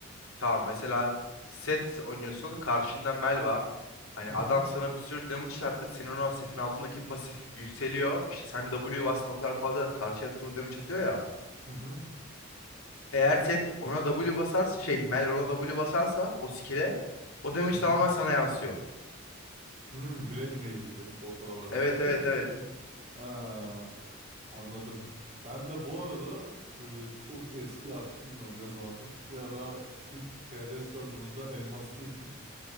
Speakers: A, on the left; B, on the right.
A: tamam mesela set oynuyorsun. Karşında Mel var. Hani
B: Hı hı.
A: adam sana bir sürü damage attı. Senin o setin altındaki pasif yükseliyor. İşte sen W bastın o kadar fazla karşıya tur damage atıyor ya.
B: Hı hı.
A: Eğer set ona W basarsa şey Mel ona W basarsa o skill'e o damage
B: Hı hı.
A: tamamen sana yansıyor.
B: Hı, Blade Mail gibi Dota'da vardı.
A: Evet
B: <laughs>
A: evet evet.
B: Ha, anladım. Ben de bu arada e, çok eski artık bilmiyorum ne zamandır. Bir ara T- TR serverında Elmas birdim.